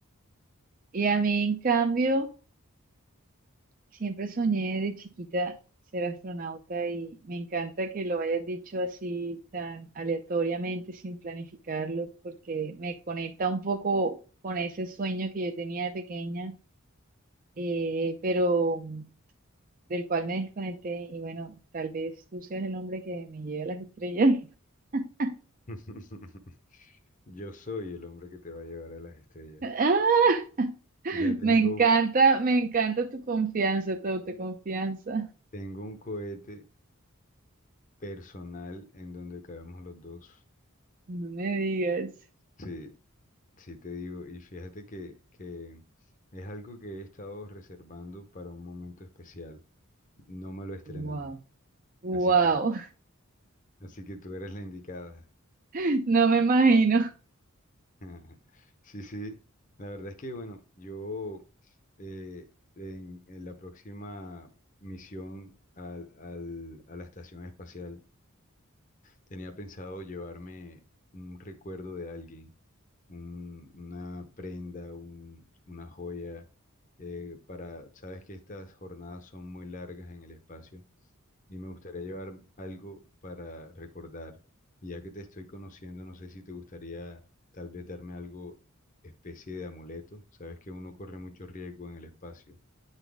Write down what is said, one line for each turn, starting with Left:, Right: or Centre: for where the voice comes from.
Right: Y a mí, en cambio, Siempre soñé de chiquita ser astronauta y me encanta que lo hayas dicho así tan aleatoriamente, sin planificarlo, porque me conecta un poco con ese sueño que yo tenía de pequeña, eh, pero del cual me desconecté y bueno, tal vez tú seas el hombre que me lleve a las estrellas. <laughs>
Left: <laughs> Yo soy el hombre que te va a llevar a las estrellas.
Right: ¡Ah!
Left: Ya tengo,
Right: Me encanta, me encanta tu confianza, tu autoconfianza.
Left: tengo un cohete personal en donde cabemos los dos.
Right: No me digas.
Left: Sí, sí te digo, y fíjate que, que es algo que he estado reservando para un momento especial. No me lo he estrenado,
Right: Wow. Wow.
Left: así que, así que tú eres la indicada.
Right: <laughs> No me imagino.
Left: <laughs> Sí, sí, la verdad es que, bueno, yo eh, en, en la próxima misión al- al- a la estación espacial, Tenía pensado llevarme un recuerdo de alguien, un- una prenda, un- una joya, eh, para, sabes que estas jornadas son muy largas en el espacio y me gustaría llevar algo para recordar. Y ya que te estoy conociendo, no sé si te gustaría tal vez darme algo, especie de amuleto. Sabes que uno corre mucho riesgo en el espacio.